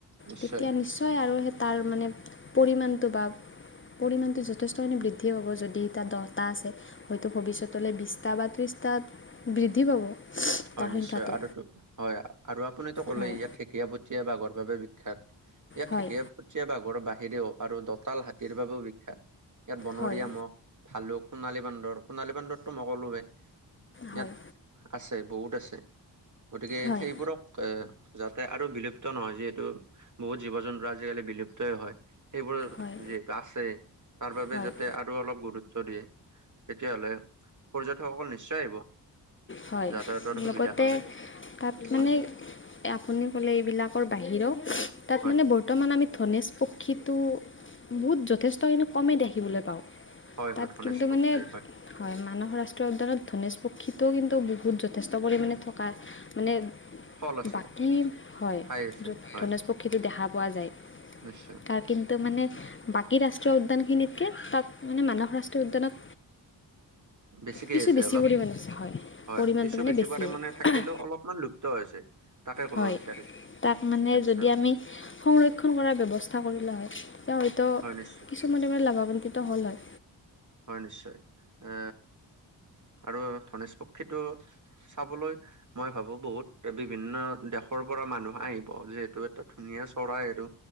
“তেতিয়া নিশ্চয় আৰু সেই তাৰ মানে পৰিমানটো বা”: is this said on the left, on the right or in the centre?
Left